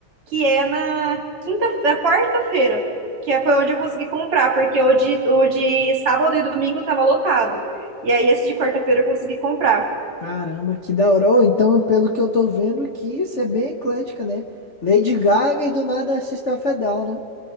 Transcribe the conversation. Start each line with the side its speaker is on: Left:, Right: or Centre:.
Right: que é na quinta, na quarta-feira, que é- foi onde eu consegui comprar, porque o de, o de sábado e domingo tava lotado. E aí esse de quarta-feira eu consegui comprar.
Left: caramba, que da hora. Ô, então, pelo que eu tô vendo aqui, isso é bem eclética, né? Lady Gaga e do nada System of a Down, né?